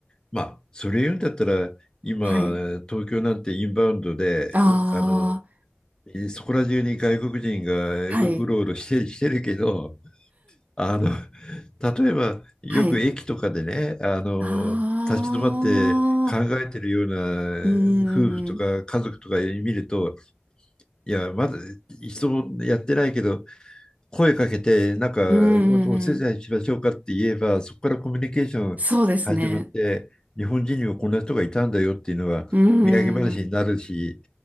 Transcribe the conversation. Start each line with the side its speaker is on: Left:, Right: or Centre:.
Left: まあ、それ言うんだったら、今、
Right: はい。
Left: 東京なんてインバウンドで、
Right: あ
Left: おあの、そこら中に外国人がう、
Right: あ、はい。
Left: うろうろしてしてるけど、あの、例えばよく駅とかでね、
Right: はい。
Left: あの、
Right: ああ、
Left: 立ち止まって考えてるような夫婦とか家族とか見ると、
Right: うーん。
Left: いや、まだ一度もやってないけど、声かけて、なんか、
Right: うー
Left: お、お手伝いしましょうかって言えば、
Right: ん。
Left: そこからコミュニケーション始まって、
Right: そうですね。
Left: 日本人にもこんな人がいたんだよっていうのは、
Right: うーん。
Left: 土産話になるし、